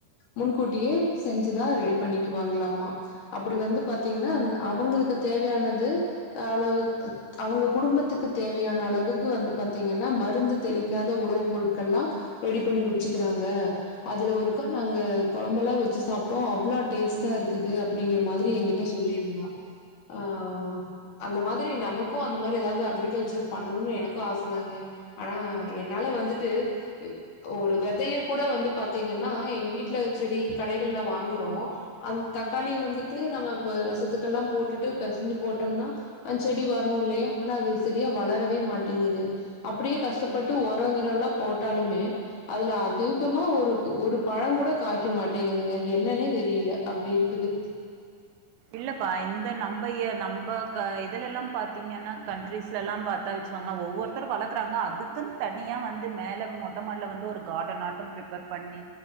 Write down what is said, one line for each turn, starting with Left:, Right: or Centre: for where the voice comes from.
Left: முன்கூட்டியே செஞ்சுதா ரெடி பண்ணிக்குவாங்ளாமா அப்படி வந்து பாத்தீங்கன்னா அவங்களுக்கு தேவையானது அ அளவு அவுங்க குடும்பத்துக்கு தேவையான அளவுக்கு வந்து பாத்தீங்க னா மருந்து தெளிக்காத உணவுப் பொருட்கள்லா ரெடி பண்ணி வச்சுக்கிறாங்க அதுல ஒருக்கா நாங்க கொழம்பெல்லா வச்சு சாப்ட்டோ அவ்ளோ டேஸ்ட்டா இருக்குது அப்படிங்கிற மாதிரி எங்கிட் ட சொல்லி இருந்தா ஆ அந்த மாதிரி நமக்கு அந்த மாரி ஏதாவது அக்ரிகல்ச்சர் பண்ணணுன்னு எனக்கு ஆச தாங்க ஆனா என்னால வந்துட்டு ஒரு வெதைய கூட வந்து பாத்தீங்கன்னா எங்க வீட்ல செடி கடைகள்ல வாங்குறோ அந்த தக்காளிய வந்துட்டு நம்ம இப்ப ரசத்துக்கல்லா போட்டுட்டு பெசஞ்சு போட்டோம்னா அந் செடி வரணு இல்லையா ஆனா அது சரியா வளரவே மாட்டேங்குது அப்படியே கஷ்டப்பட்டு ஒரங்கிறோல்லாம் போட்டாலுமே அதுல அதிகமா ஒரு ஒரு பழோ கூட காய்க்க மாட்டேங்குதுங்க என்னன்னே தெரியல அப்படி இருக்குது
Right: இல்லப்பா இந்த நம்ப எ நம்ப க இதுலல்லாம் பாத்தீங்கன்னா கண்ட்ரிஸ் லலாம் பாத்தா வச்சுகோங்க ஒவ்வொருத்தரு வளக்குறாங்க அதுக்குன் தனியா வந்து மேல மொட்டமாட்டல வந்து ஒரு கார்டன் ஆட்ட பிரிப்பர் பண்ணி